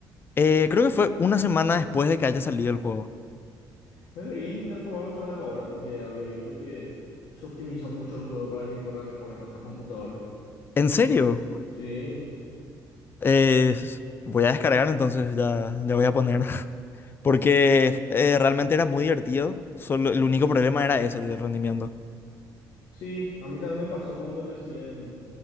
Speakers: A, on the left; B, on the left.
A: Eh, creo que fue una semana después de que haya salido el juego.
B: Debería intentar probarlo otra vez ahora porque había visto que se optimizó mucho el juego para que corra mejor en otras computadoras.
A: ¿En serio?
B: Sí,
A: Eh, voy a descargar entonces, ya, ya voy a poner. <laughs> Porque eh, realmente era muy divertido, solo el único problema era ese, el del rendimiento.
B: sí, a mí también me pasó cuando recién,